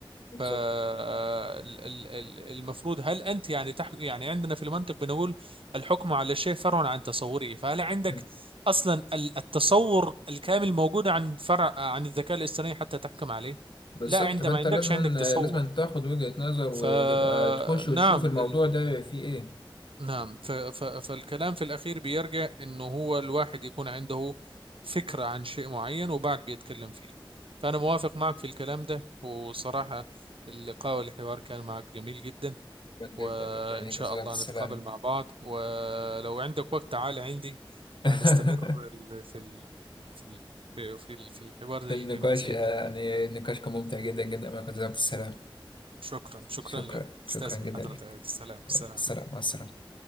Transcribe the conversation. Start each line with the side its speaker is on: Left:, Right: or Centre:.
Left: بالظبط
Right: فالمفروض هل انت يعني تح... يعني عندنا في المنطق بنقول الحكم على الشيء فرع عن تصوره فهل عندك
Left: مم.
Right: اصلا ال- التصور الكامل موجود عن فرع عن الذكاء الاصطناعي حتى تحكم عليه
Left: بالظبط
Right: لا انت
Left: فأنت
Right: ما عندكش
Left: لازم
Right: عندك تصور
Left: لازم تاخد وجهة نظر
Right: فنعم
Left: وتبقى تخش وتشوف الموضوع ده فيه إيه
Right: نعم ف... ف... فالكلام في الأخير بيرجع إنه هو الواحد يكون عنده فكرة عن شيء معين وبعد بيتكلم فيه فأنا موافق معك في الكلام ده وصراحة اللقاء والحوار كان معك جميل جدا وإن
Left: جدا جدا ليك
Right: شاء
Left: يا استاذ
Right: الله
Left: عبد السلام
Right: نتقابل مع بعض ولو عندك وقت تعال عندي
Left: <laughs>
Right: هنستمر ال- في ال... في ال... في في في الحوار الجميل
Left: في النقاش
Right: زي
Left: يعني
Right: ده
Left: النقاش كان ممتع جدا جدا معك يا استاذ عبد السلام
Right: شكرا شكرا
Left: شكرا
Right: لك
Left: شكرا
Right: استاذ
Left: جدا
Right: من حضرتك
Left: لك
Right: السلام السلام
Left: السلام مع السلامه